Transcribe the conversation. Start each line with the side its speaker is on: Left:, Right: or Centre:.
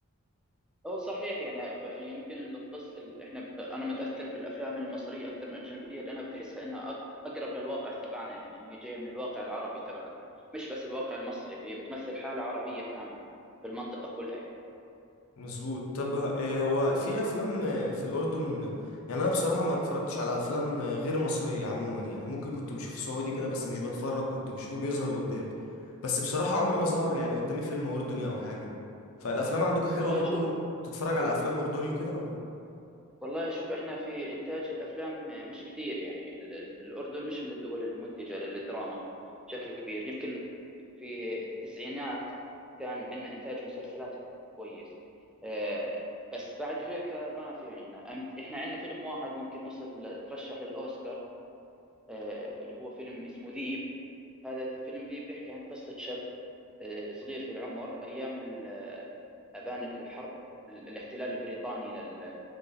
Centre: هو صحيح يعني ب- يمكن القص ال- احنا ب- انا متاثر بالافلام المصريه اكثر من الاجنبيه لانها بتحسها انها أك- اقرب للواقع تبعنا يعني إن هي جايه من الواقع العربي تبعنا مش بس الواقع المصري هي بتمثل حاله عربيه كامله في المنطقه كلها يعني
Left: مظبوط طب ه- إيه هو في افلام آه، في الاردن يعني انا بصراحه ما اتفرجتش على افلام آه، غير مصريه عموما يعني ممكن كنت بشوف سعودي كده بس مش بتفرج كنت بشوفه بيظهر قدامي بس بصراحه عمر ما ظهر يعني قدامي فيلم اردني او حاجه فالافلام عندكم حلوه
Centre: والله
Left: برضو
Centre: شوف
Left: تتفرج على افلام اردني وكده ولا
Centre: والله شوف احنا في انتاج الافلام مش كثير يعني ال- ال- الاردن مش من الدول المنتجه للدراما بشكل كبير يمكن في التسعينات كان عندنا انتاج مسلسلات كويس آه، بس بعد هيك ما في عندنا أم- احنا عندنا فيلم واحد ممكن وصل ترشح للاوسكار آه، اللي هو فيلم اسمه ذيب هذا ذي- فيلم ذيب بيحكي عن قصه شاب آه، صغير في العمر ايام ال- آه، آبان الحرب ال- الاحتلال البريطاني لل-